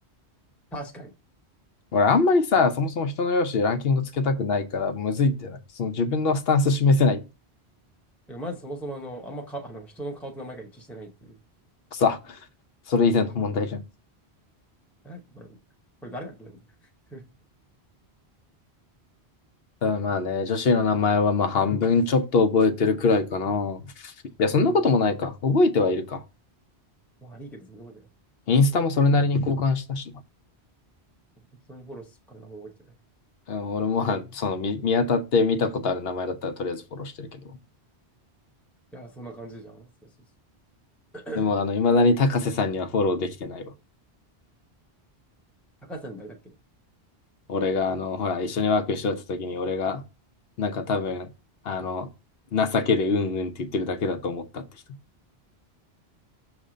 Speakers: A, in the centre; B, on the left (about 65°).
A: 確かに。
B: 俺、あんまりさ、そもそも人の容姿でランキングつけたくないから、むずいってな、その自分のスタンス示せない。
A: でもまずそもそもあの、あんまか、あの、人の顔と名前が一致してないっていう。
B: くさ、それ以前の問題じゃん。
A: <laughs> なんかこれ、これ誰だっけみたいな。<laughs>
B: ただまあね、女子の名前はまあ半分ちょっと覚えてるくらいかな。いや、そんなこともないか。
A: 全然覚えて
B: 覚えてはいるか。
A: ない。まあ、悪いけど全然覚えてない。
B: インスタもそれなりに交換したしな。
A: 適当にフォローするから名前覚えてない。い
B: あの俺もまあその見、見当たって見たことある名前だったらとりあえずフォローしてるけど。
A: やー、そんな感じじゃん。そうそうそう。
B: でも、あの、
A: <clears throat>
B: 未だに高瀬さんにはフォローできてないわ。
A: 高橋さん誰だっけ
B: 俺が、あの、ほら、一緒にワーク一緒だった時に、俺が、なんか多分、あの、情けでうんうんって言ってるだけだと思ったって人。